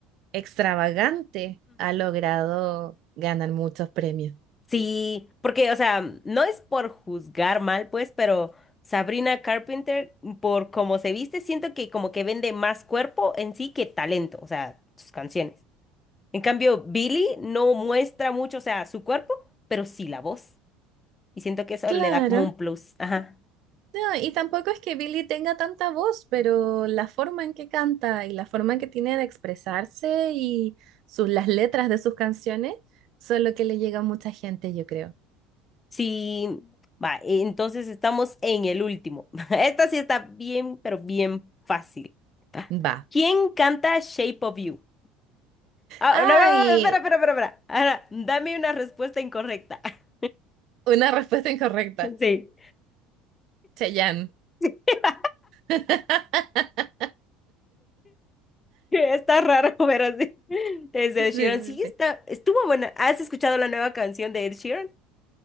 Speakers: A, on the right; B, on the left.
A: extravagante ha logrado ganar muchos premios.
B: Sí, porque, o sea, no es por juzgar mal, pues, pero Sabrina Carpenter, por cómo se viste, siento que como que vende más cuerpo en sí que talento, o sea, sus canciones. En cambio, Billie no muestra mucho, o sea, su cuerpo, pero sí la voz. Y siento que eso
A: Claro.
B: le da como un plus. Ajá.
A: No, y tampoco es que Billie tenga tanta voz, pero la forma en que canta y la forma en que tiene de expresarse y sus, las letras de sus canciones son lo que le llega a mucha gente, yo creo.
B: Sí, va, entonces estamos en el último. <laughs> Esta sí está bien, pero bien fácil.
A: Va.
B: ¿Quién canta Shape of You? Ah,
A: Ay,
B: no, no, no, espera, espera, espera, espera. Ahora, dame una respuesta incorrecta. <laughs>
A: una <laughs> respuesta incorrecta.
B: Sí,
A: Chayanne.
B: <laughs>
A: <laughs>
B: está raro, pero sí. Es de
A: Sí, sí,
B: Ed Sheeran. Sí,
A: sí.
B: está, estuvo buena. ¿Has escuchado la nueva canción de Ed Sheeran?